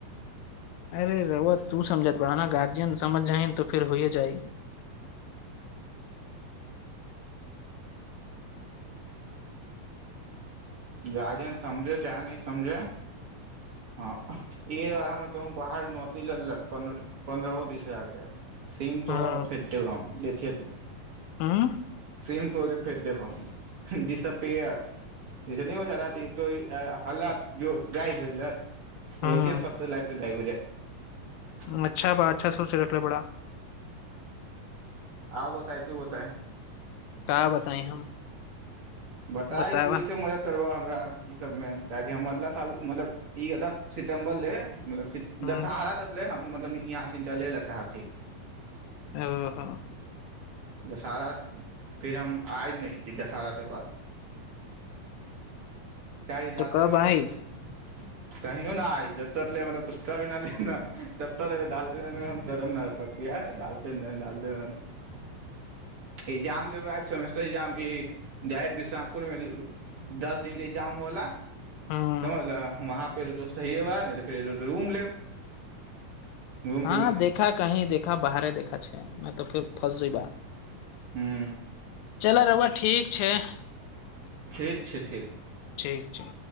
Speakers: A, on the left; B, on the right.
A: अरे रहुआ तू समझत बा ने गार्जियन समझ जाइ तऽ फेर होइए जाइ
B: गार्जियन समझे चाहे नहि समझे हँ ई हमर कह बाहर नौकरी लेलत प पन्द्रहो बीस हजार के सीम तोड़ब
A: हँ
B: आ फेक देब हम देखथिय त
A: हूँ
B: सीम क फेड देम दिस द पेयर हाल दाय हो
A: हूँ
B: ओ लफ द हो जा <unintelligible>
A: अच्छा बा अच्छा सोच रखले बाड़ा
B: आउ बताब तू बताए
A: का बताइ हम
B: बताए
A: बतावा
B: तू तईसे मदद करबह हमरा ई सबमे ताकि हम अगला साल मतलब ई अगस्त सितम्बर ले मतब
A: हूँ
B: दशहरा ततले हम मतलब इहाँ से निकले ल चाहत है
A: ओहो
B: दशहरा फिर हम आयब नहि दशहरा केँ बाद चड़ी
A: तो
B: ाल
A: कब
B: दे रह
A: आइब
B: हा त <unintelligible> तहि ने आे <unintelligible> श्यामपुर मे दस दिन त एग्जाम होला
A: हूँ
B: समझ ल वहाँ फेर दोस्त हयैबा नहि तऽ फेर रूम लेब रूम
A: हँ
B: तऽ मिल
A: देखा कही देखा बाहरे देखा छैक नहि तऽ फेर फस जैबा
B: हँ <unintelligible>
A: चलऽ रहुआ ठीक छैक
B: ठीक छैक ठीक
A: ठीक छै